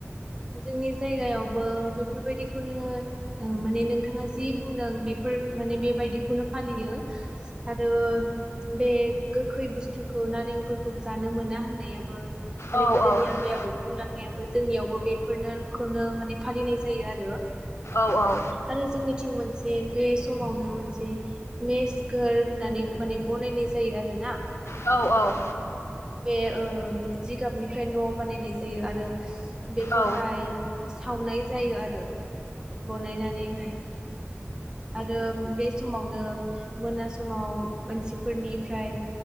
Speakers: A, on the right (about 15°); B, on the left (about 70°).
A: जोंनि जायगायावबो बेफोरबायदिखौनो ओ माने नोंथाङा जि बुंदों बेफोर माने बेबायदिखौनो फालियो आरो बे गोखै बुस्थुखौ नारेंफोरखौ जानो मोना होननायाबो माने
B: औ
A: गोदोनि
B: औ
A: आबै-आबौ बुंलांनायाबो जोंनियावबो बे फोरनोर खौनो माने फालिनाय जा जायो आरो
B: औ औ
A: आरो जोंनिथिं मोनसे बे समावनो मोनसे मेसगार होननानै माने बनायनाय जायो आरो ना
B: औ औ
A: बे ओ जिगाबनिफ्राय न' बानायनाय जायो आरो बेखौहाय
B: औ
A: सावनाय जायो आरो बनायनानैहाय आरो बे समावनो मोना समाव मानसिफोरनिफ्राय